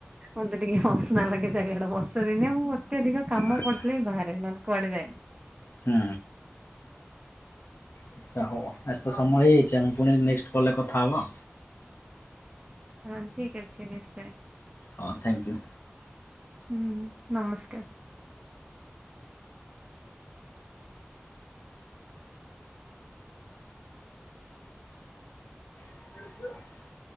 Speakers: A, on the right; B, on the left.
A: ମୋତେ ଟିକେ ହସନା ଲାଗେ ଚାରିଆଡେ ବର୍ଷ ଦିନିଆ ମୁ ଅତେଧିକ କାମ
B: ଆଚ୍ଛା
A: ପଡିଲେ ବି ବାହାରେ ନହେ କୁଆଡେ ଯାଏନି।
B: ହୁଁ। ଆଚ୍ଛା ହଉ ଆସ୍ ତ ସମୟ ହେଇଯାଇଛି ଆମେ ପୁଣି ନେକ୍ସଟ କଲ୍ ରେ କଥା ହବା।
A: ହଁ ଠିକ ଅଛି ନିଶ୍ଚୟ।
B: ହଁ ଥ୍ୟାଙ୍କ ୟୁ।
A: ହୁଁ ହୁଁ ନମସ୍କାର।
B: <inaudible>